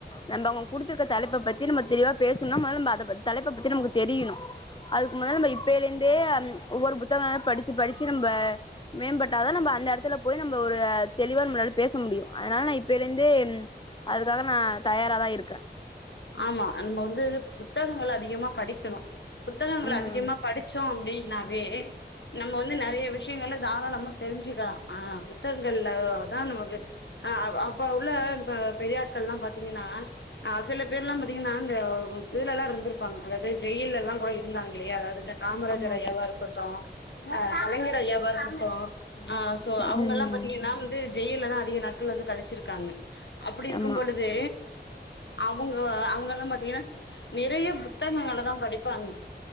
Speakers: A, on the left; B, on the left.
A: நம்ப அவுங்க குடுத்துருக்கற தலைப்பப்பத்தி நம்ப தெளிவா பேசுணுன்னா மொதல்ல நம்ப அதப்பத் தலைப்பப்பத்தி நமுக்கு தெரியணு அதுக்கு முன்னால நம்ம இப்பேலேந்தே ஆம் ஒவ்வொரு புத்தகமா படிச் படிச்சு படிச்சு நம்ப மேம்பட்டாதா நம்ப அந்த எடத்துல போய் நம்ப ஒரு தெளிவா நம்பளால பேச முடியு அதனால நா இப்பேலேந்தே அதுக்காக நா தயாரா தா இருக்கே
B: ஆமா நம்ப வந்து புத்தகங்கள் அதிகமா படிக்கணு புத்தகங்கள்
A: ம்
B: அதிகமா படிச்சோ அப்டின் ன்னாவே நம்ம வந்து நறைய விஷ்யங்கல தாராளமா தெரிஞ்சுக்கலா ஆ புத்தகங்கள்ல <unintelligible> தா நமக்கு ஆ அப்-அப்ப உள்ள ஆ பெரியாட்கள்லா பாத்தீங்கன்னா ஆ சில பேர்லாம் பாத்தீங்கன்னா நாங்க இதுல எல்லாம் இருந்திருப்பாங்க அதாவது ஜெயில் எல்லாம் போய் இருந்தாங்களே அதாவது காமராஜர்
A: ஆமா ஆமா
B: ஐயவா இருக்கட்டூ அ கலைஞர் ஐயவா இருக்கட் <unintelligible> ஆ சோ
A: ம்
B: அவங்கெல்லாம் பாத்தீங்கன்னா வந்து ஜெயிலதா அதிக நாட்கள் வந்து கழிச்சிருக்காங்க அப்படி இருக்கும்
A: ஆமா
B: பொழுது அவங்க அவங்க எல்லாம் பாத்தீங்கன்னா நிறைய புத்தகங்கள தான் படிப்பாங்க